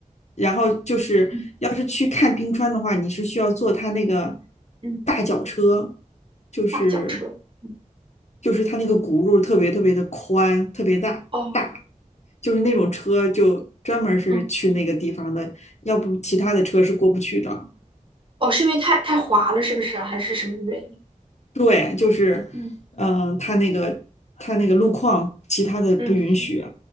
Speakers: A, on the left; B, on the right.
A: 然后就是要是去看冰川的话，
B: 嗯
A: 你是需要坐它那个
B: 嗯，
A: 大脚车，就是
B: 大轿车。嗯
A: 就是它那个轱辘特别特别的宽，特别大大，
B: 哦
A: 就是那种车就专门儿是去那个地方的，
B: 嗯
A: 要不其他的车是过不去的。
B: 哦，是因为太太滑了，是不是啊？还是什么原因？
A: 对，就是，
B: 嗯
A: 嗯、它那个它那个路况其他的不允许。
B: 嗯